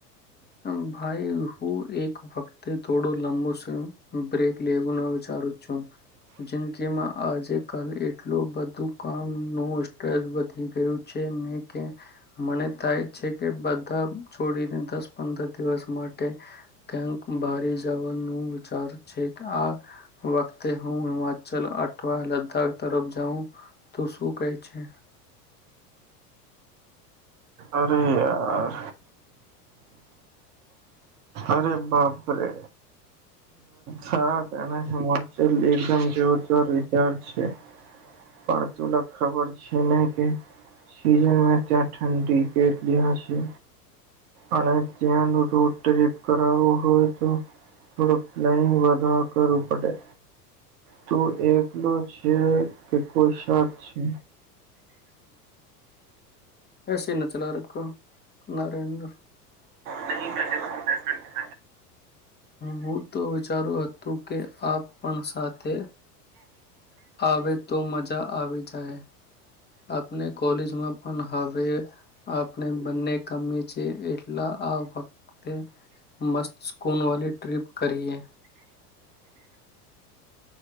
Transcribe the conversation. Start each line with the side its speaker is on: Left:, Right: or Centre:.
Left: હમ ભાઈ હું એક વખતે થોડો લંબો સમય બ્રેક લેવાનુ વિચારું છું જનકેમાં આજે કલ એટલું બધું કામ નું સ્ટ્રેસ વધી ગયું છે ને કે મને તાય છે કે બધા છોડીને દસ પંદર દિવસ માટે કાયક બારે જવાનું વિચાર છેક આ વખતે હું હિમાચલ અઠવા લદ્દાખ તરફ જાઉં તુ શું કહે છે
Right: અરે યાર અરે બાપરે સા તેને ચલ એકદમ જોરદાર વિચાર છે પણ તુલા ખબર છે ને કે ચ ત્યાં ત્યાં ઠંડી કેટલી હશે અને ત્યાંનું રોડ ટ્રીપ કરાવું હોય તો થોડો પ્લાનિંગ વધા કરવું પડે તુ એકલો છે કે કોઈ સાથ છે
Left: હસ એના ચલા રકો નરેન્દ્ર
Right: નહી <unintelligible>
Left: હું તો વિચારું હતું કે આપ પણ સાથે આવે તો મજા આવી જાય આપને કોલેજમાં પણ હવે આપણે બંને કમી છે એટલા આ વખતે મસ્તકૂન વાલી ટ્રીપ કરીએ